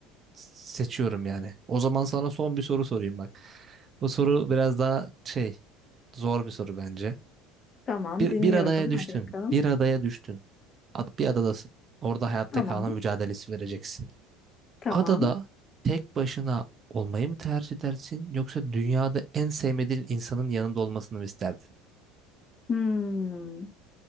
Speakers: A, on the right; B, on the left.
A: seçiyorum yani. O zaman sana son bir soru sorayım bak. Bu soru biraz daha şey zor bir soru bence.
B: tamam
A: Bir,
B: dinliyorum.
A: bir adaya düştün.
B: Hadi bakalım.
A: Bir adaya düştün. Ad- Bir adadasın. Orada hayatta
B: Tamam,
A: kalma mücadelesi vereceksin.
B: tamam.
A: Adada tek başına olmayı mı tercih edersin yoksa dünyada en sevmediğin insanın yanında olmasını mı isterdin?
B: Hmm,